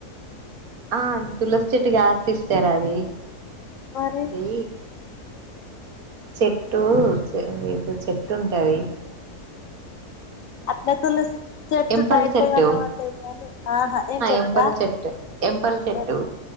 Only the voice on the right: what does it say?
ఆ తులసి చెట్టు కాసిస్ తేరాది
అది చెట్టు మీకు చెట్టు ఉంటది
ఎంపల్
చెట్టు
ఎంపల్
చెట్టు ఎంపల్ చెట్టు